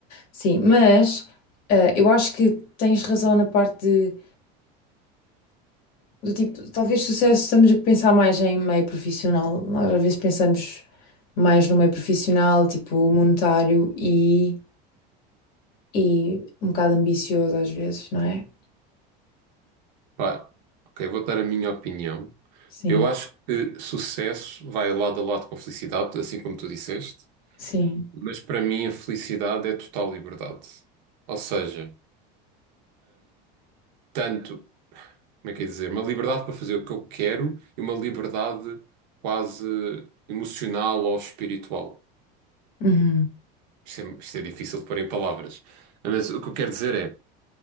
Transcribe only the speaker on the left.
Sim, mas ah, eu acho que tens razão na parte de, do tipo, talvez sucesso, estamos a pensar mais em meio profissional. Nós às vezes pensamos mais no meio profissional, tipo monetário e. e um bocado ambicioso às vezes, não é?
Sim,
sim.
Uhum.